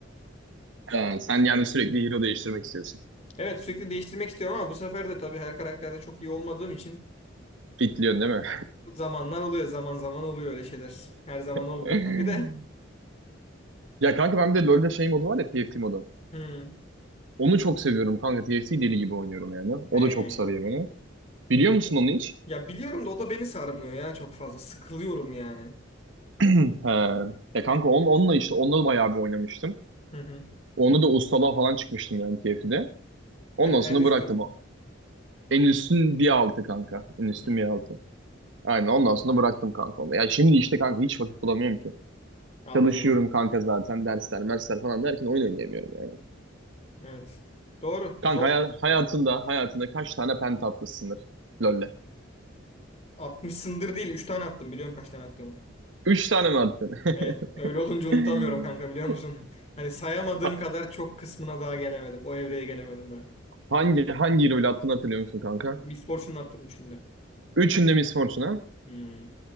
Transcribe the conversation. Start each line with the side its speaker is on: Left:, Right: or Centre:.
Right: Ha, sen yani sürekli hero değiştirmek istiyorsun.
Left: Evet sürekli değiştirmek istiyorum ama bu sefer de tabii her karakterde çok iyi olmadığım için
Right: Fitliyorsun değil mi?
Left: zamanlar oluyor zaman zaman oluyor öyle şeyler. Her zaman olmuyor
Right: <laughs>
Left: tabii de.
Right: Ya kanka ben bir de LoL'de şey modu var ya TFT modu.
Left: Hmm.
Right: Onu çok seviyorum kanka. TFT deli gibi oynuyorum yani.
Left: He.
Right: O da çok sarıyor beni. Biliyor musun onu hiç?
Left: Ya biliyorum da o da beni sarmıyor ya çok fazla. Sıkılıyorum yani.
Right: <clears throat> He. Ya kanka on, onunla işte onunla bayağı bir oynamıştım.
Left: Hı hı.
Right: Onu da ustalığa falan çıkmıştım yani TFT'de. Ondan
Left: En, en
Right: sonra
Left: üstü
Right: bıraktım.
Left: mü? o?
Right: En üstün bir altı kanka. En üstün
Left: Hmm.
Right: bir altı. Aynen ondan sonra bıraktım kanka onu. Ya şimdi işte kanka hiç vakit bulamıyorum ki.
Left: Anladım
Right: Çalışıyorum
Left: anladım.
Right: kanka zaten dersler, mersler falan derken oyun oynayamıyorum yani.
Left: Evet. Doğru.
Right: Kanka
Left: Zor.
Right: haya- hayatında hayatında kaç tane penta atmışsındır LoL'de?
Left: 60'sındır değil. üç tane attım. Biliyorum kaç tane attım.
Right: Üç tane mi attın? <laughs>
Left: Evet, öyle olunca unutamıyorum kanka biliyor
Right: <laughs>
Left: musun? <laughs> Hani sayamadığım
Right: Ha-
Left: kadar çok kısmına daha gelemedim. O evreye gelemedim daha.
Right: Hangi hangi rolü attığını hatırlıyor musun kanka?
Left: Misfortune'u attım üçünde.
Right: Üçünde Miss Fortuna.
Left: Hmm.